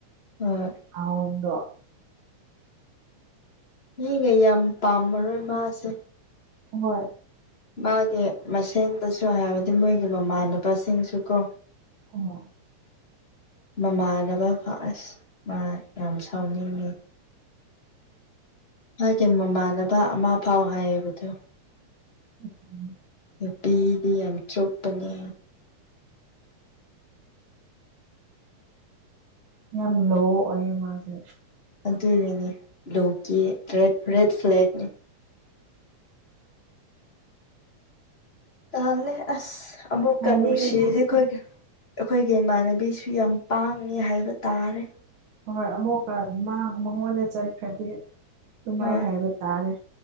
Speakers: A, on the left (about 30°); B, on the right (about 70°).
A: ꯍꯣꯏ
B: ꯑꯥꯎꯗꯣ
A: ꯃꯤꯒ ꯌꯥꯝ ꯄꯥꯝꯃꯔꯣꯏ ꯃꯥꯁꯦ
B: ꯍꯣꯏ
A: ꯃꯥꯒꯤ ꯃꯁꯦꯟꯗꯁꯨ ꯍꯥꯏꯕꯗꯤ ꯃꯣꯏꯒꯤ ꯃꯃꯥꯟꯅꯕꯁꯤꯡꯁꯨ ꯀꯣ
B: ꯍꯣꯢ
A: ꯃꯃꯥꯟꯅꯕ ꯐꯁ ꯃꯥ ꯌꯥꯝ ꯁꯥꯎꯅꯤꯡꯉꯦ ꯃꯒꯤ ꯃꯃꯥꯟꯅꯕ ꯑꯃ ꯐꯥꯎ ꯍꯥꯏꯌꯦꯕꯗꯨ
B: <inaudible>
A: ꯅꯨꯄꯤꯗꯤ ꯌꯥꯝ ꯆꯨꯞꯄꯅꯦ
B: ꯌꯥꯝ ꯂꯣ ꯑꯣꯏꯌꯦ ꯃꯥꯁꯦ
A: ꯑꯗꯨꯒꯤꯅꯦ ꯕ꯭ꯂꯨꯒꯤ ꯔꯦ ꯔꯦꯠ ꯐ꯭ꯂꯦꯛꯅꯤ ꯇꯥꯜꯂꯦ ꯑꯁ ꯑꯃꯨꯛꯀ
B: ꯍꯥꯏꯅꯤꯡꯗꯦ
A: ꯅꯨꯡꯁꯤꯔꯗꯤ ꯑꯩꯈꯣꯏꯒꯥ ꯑꯩꯈꯣꯏꯒꯤ ꯏꯃꯥꯟꯅꯕꯤꯁꯨ ꯌꯥꯝ ꯄꯥꯡꯉꯤ ꯍꯥꯏꯕ ꯇꯥꯔꯦ
B: ꯍꯣꯏ ꯑꯃꯨꯛꯀ ꯃꯉꯣꯟꯗ ꯆꯠꯈ꯭ꯔꯗꯤ ꯑꯗꯨꯃꯥꯏ
A: ꯍꯣꯏ
B: ꯍꯥꯏꯕ ꯇꯥꯔꯦ